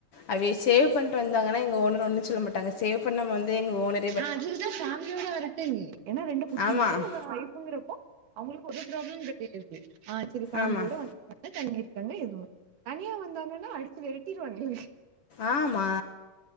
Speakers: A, on the left; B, on the right.
A: அவ சேவ் பண்ணிட்டு வந்தாங்கன்னா எங்க ஓனர் ஒன்னு சொல்ல மாட்டங்க சேவ் பண்ணாம வந்து எங் ஓனர்
B: நா அதுக்குதா ஃபேமிலியோட வரட்டேங்க ஏன்னா ரெண்டு குட்டி
A: ஆமாம்
B: இருக்கு உங்க ஒய்ஃப்ங்கிறப்போ அவங்களுக்கு ஒரு ப்ராப்ளம் கெடையாது ஆ சரி ஃபேமிலியோட
A: ஆமாம்
B: வந் து தங்கிருக்காங்க எதுவு தனியா வந்தாங்கன்னா அடிச்சு வெரட்டிடுவாங்ளே
A: ஆமா